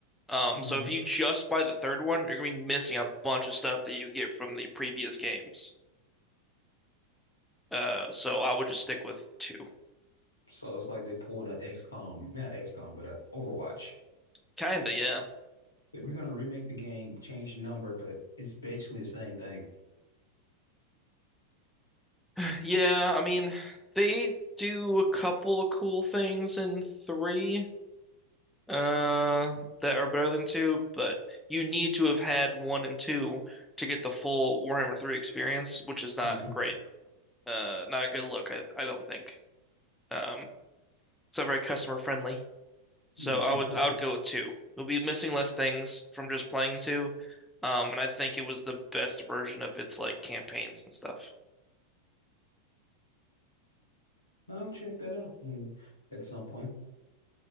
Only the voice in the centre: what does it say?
Um,
so if you just buy the third one, you're gonna be missing a bunch of stuff that you get from the previous games. Uh, so I would just stick with two.
Kinda, yeah.
<sighs> Yeah, I mean, they do a couple of cool things in three, uh, that are better than two, but you need to have had one and two to get the full Warhammer 3 experience, which is not
great. Uh, not a good look, I, I don't think. Um, it's not very customer friendly. So
I would I would go with two. You'll be missing less things from just playing two. Um, and I think it was the best version of its like campaigns and stuff.